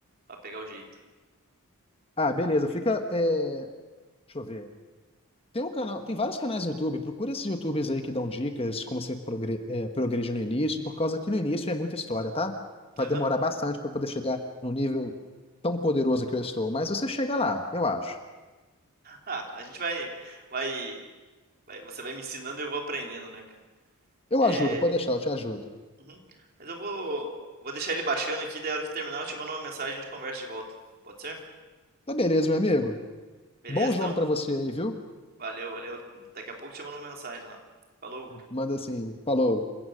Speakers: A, on the right; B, on the left.
A: Pra pegar o jeito.
B: Ah, beleza. Fica. é, deixa eu ver. Tem um canal, tem vários canais no YouTube. Procura esses YouTubers aí que dão dicas como você progre, é, progredir no início, por causa que no início é muita história, tá? Vai
A: Aham.
B: demorar bastante para poder chegar no nível tão poderoso que eu estou, mas você chega lá, eu acho.
A: Ah, a gente vai, vai, vai- você vai me ensinando e eu vou aprendendo, né, cara?
B: Eu
A: É...
B: ajudo, pode deixar, eu te ajudo.
A: uhum. Mas eu vou, vou deixar ele baixando aqui, daí a hora que terminar eu te mando uma mensagem e a gente conversa de volta. Pode ser?
B: Tá beleza, meu amigo.
A: Beleza,
B: Bom jogo
A: então?
B: pra você aí, viu?
A: Valeu, valeu. Daqui a pouco te mando mensagem lá. Falou!
B: Manda assim, falou.